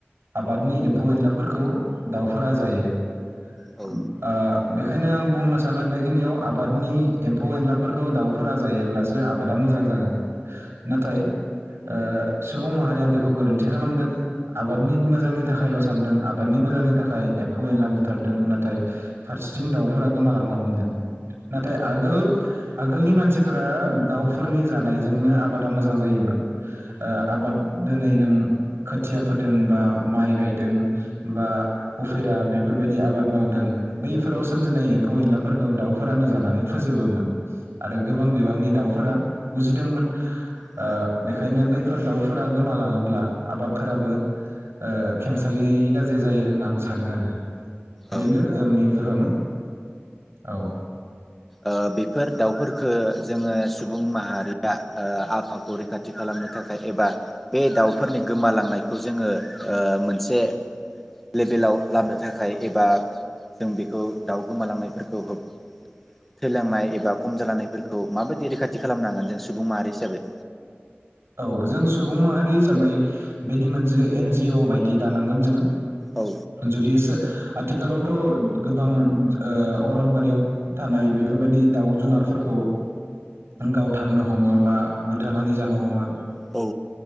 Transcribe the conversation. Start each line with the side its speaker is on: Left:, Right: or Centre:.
Right: आबादनि एम्फौ एनलाफोरखौ दाउफोरा जायो। ओ
Centre: औ
Right: बेखायनो आं बुंनो सानो बेखिनियाव आबाद नि एम्फौ एनलाफोरखौ दाउफोरा जायोब्लासो आबादा मोजां जागोन। नाथाय ओ सुबुं माहारिया बेखौ गोरोन्थि खालामदों आबादनि मोजांनि थाखायल' सानदों आबादनि मोजांनि थाखाय एम्फौ एनला बुथारदों नाथाय फारसेथिं दाउफोरा गोमालांनो हमदों। नाथाय आगोल आगोलनि मानसिफोरा दाउफोरनि जानायजोंनो आबादा मोजां जायोमोन। ओ आबाद दोनै नों खोथिया फोदों बा माइ गायदों बा उफेरा बेफोरबायदि आबाद मावदों बैफोराव सोमजिनाय एम्फौ एनलाफोरखौ दाउफो फ्रानो जानानै फोजोबोमोन। आरो गोबां बिबांनि दाउ फोरा उजिदोंमोन
Centre: औ
Right: ओ बेखायनो बैफोर दाउफोरा गोमालाङोब्ला आबादफोराबो ओ खेंसालियायै गाज्रि जायो होनना आं सानो आरो। बेनो
Centre: औ
Right: जोंनि गोहोम औ
Centre: ओ बेफोर दाउफोरखो जोङो सुबुं माहारिया ओ आफावाखौ रैखाथि खालामनो थाखाय एबा बे दाउफोरनि गोमालांनायखौ जोङो ओ मोनसे लेभेलाव लाबोनो थाखाय एबा जों बेखौ दाउ गोमालांनायफोरखौ होब थैलांनाय एबा खम जालांनायफोरखौ माबायदि रैखाथि खालामनांगोन जों सुबुं माहारि हिसाबै?
Right: औ जों सुबुं माहारि हिसाबै बेनि मोनसे एन जि अ बायदि दानांगोन जों
Centre: औ
Right: जुलिसो आथिखालावथ' गोबां ओ अरनबारियाव थानाय बेफोरबायदि दाउ जुनारफोरखौ गावथारनो हमो बा बुथारनानै जानो हमो।
Centre: औ